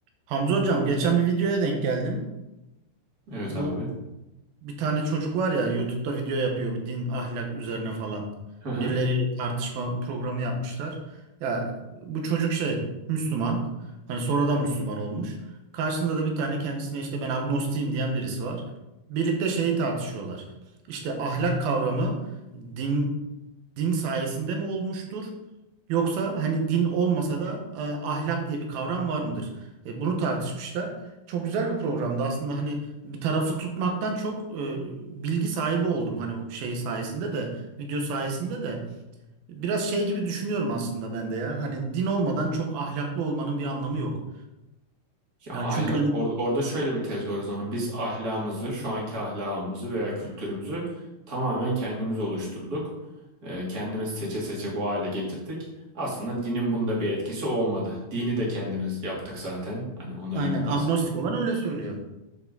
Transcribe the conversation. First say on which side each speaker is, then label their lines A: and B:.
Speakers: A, on the right (about 70°); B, on the right (about 30°).
A: Hamza hocam geçen bir videoya denk geldim.
B: Evet
A: Bu
B: abi.
A: bir tane çocuk var ya YouTube'da video yapıyor bir din ahlak üzerine falan.
B: Hı hı.
A: Birileriyle tartışma programı yapmışlar. Ya bu çocuk şey Müslüman. Hani sonradan Müslüman olmuş. Karşısında da bir tane kendisine işte ben agnostiyim diyen birisi var. Birlikte şeyi tartışıyorlar. İşte ahlak kavramı din din sayesinde mi olmuştur? Yoksa hani din olmasa da e, ahlak diye bir kavram var mıdır? E, bunu tartışmışlar. Çok güzel bir programdı aslında hani bir tarafı tutmaktan çok e, bilgi sahibi oldum hani şey sayesinde de video sayesinde de biraz şey gibi düşünüyorum aslında ben de ya hani din olmadan çok ahlaklı olmanın bir anlamı yok.
B: Ya ahlak
A: Yani çünkü hani
B: or- orada şöyle bir tez var o zaman. Biz ahlakımızı, şu anki ahlakımızı veya kültürümüzü tamamen kendimiz oluşturduk. Ee, kendimiz seçe seçe bu hale getirdik. Aslında dinin bunda bir etkisi olmadı. Dini de kendimiz yaptık zaten. Hani onların
A: aynen
B: iddiasına
A: agnostik
B: göre.
A: olan öyle söylüyor.